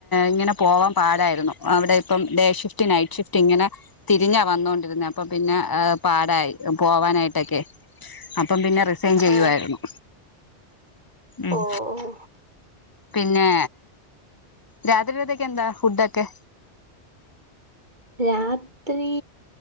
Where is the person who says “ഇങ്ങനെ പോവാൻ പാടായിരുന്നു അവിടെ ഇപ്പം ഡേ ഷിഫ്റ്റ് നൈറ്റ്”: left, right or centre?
Left